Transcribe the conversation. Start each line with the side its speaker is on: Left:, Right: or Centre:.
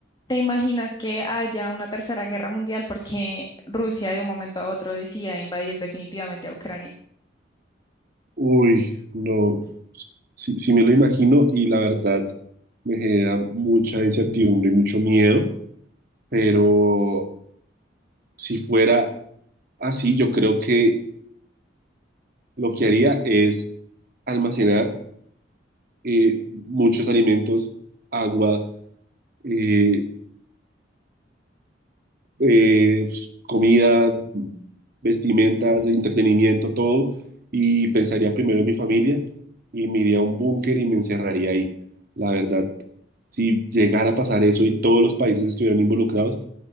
Left: ¿Te imaginas que haya una tercera guerra mundial porque Rusia de un momento a otro decida invadir definitivamente a Ucrania?
Right: Uy, no, sí, sí me lo imagino y la verdad me genera mucha incertidumbre y mucho miedo, pero si fuera así, yo creo que lo que haría es almacenar eh, muchos alimentos, agua, eh, eh, comida, vestimentas, entretenimiento, todo, y pensaría primero en mi familia y me iría a un búnker y me encerraría ahí. La verdad, si llegara a pasar eso y todos los países estuvieran involucrados